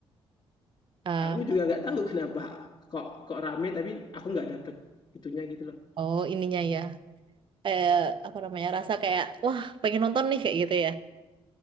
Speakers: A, on the right (about 50°); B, on the left (about 40°).
A: Ah,
B: aku juga nggak tahu kenapa kok kok rame tapi aku nggak dapet itunya gitu loh
A: oh ininya ya. Eh, apa namanya? Rasa kayak wah, pengen nonton nih kayak gitu ya.